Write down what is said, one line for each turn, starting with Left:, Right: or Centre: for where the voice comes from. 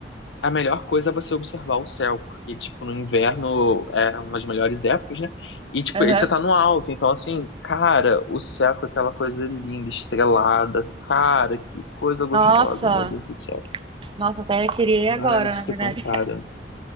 Left: a melhor coisa é você observar o céu, porque, tipo, no inverno é uma das melhores épocas, né? E, tipo,
Right: Aham.
Left: aí você tá no alto, então, assim, cara, o céu com aquela coisa linda, estrelada. Cara, que coisa gostosa,
Right: Nossa.
Left: meu Deus do céu.
Right: Nossa, até eu queria ir agora,
Left: Ai, não se
Right: na verdade.
Left: compara.